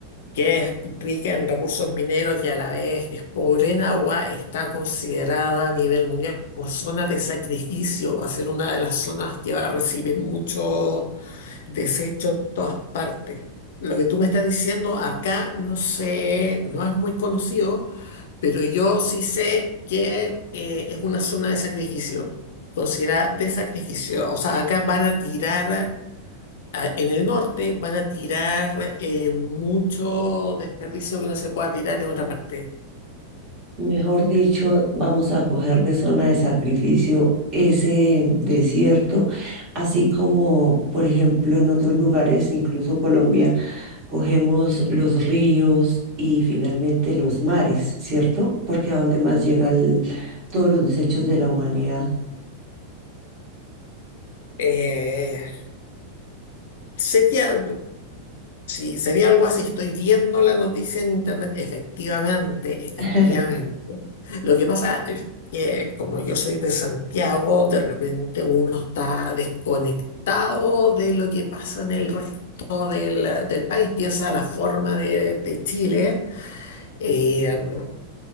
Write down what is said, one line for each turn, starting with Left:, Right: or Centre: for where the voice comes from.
Left: que es rica en recursos mineros y a la vez es pobre en agua, está considerada a nivel mundial como zona de sacrificio. Va a ser una de las zonas que va a recibir mucho desecho de todas partes. Lo que tú me estás diciendo acá no sé, no es muy conocido Pero yo sí sé que eh, es una zona de sacrificio, considerada de sacrificio. O sea, acá van a tirar, a- en el norte van a tirar eh, mucho desperdicio que no se pueda tirar en otra parte.
Right: Mejor dicho, vamos a coger de zona de sacrificio ese desierto, así como, por ejemplo, en otros lugares, incluso Colombia, cogemos los ríos y finalmente los mares, ¿cierto? Porque a dónde más llegan todos los desechos de la humanidad.
Left: Eh, sería, Sí, sería algo así. Estoy viendo la noticia en internet, efectivamente, efectivamente.
Right: <laughs>
Left: Lo que pasa es que como yo soy de Santiago, de repente uno está desconectado de lo que pasa en el resto del, del país, piensa la forma de, de Chile. eh,